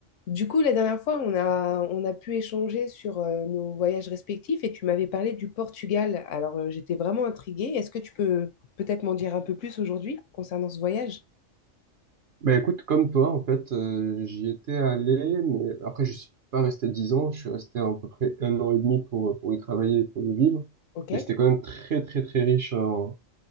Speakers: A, on the left; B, on the right.
A: Du coup, la dernière fois, on a, on a pu échanger sur euh, nos voyages respectifs et tu m'avais parlé du Portugal. Alors, euh, j'étais vraiment intriguée. Est-ce que tu peux peut-être m'en dire un peu plus aujourd'hui concernant ce voyage?
B: Bah écoute, comme toi, en fait, euh, j'y étais allé, mais après, je suis pas resté dix ans, je suis resté à, peu près un an et demi pour, euh, pour y travailler et pour y vivre.
A: Ok,
B: Mais c'était quand même très, très, très riche en,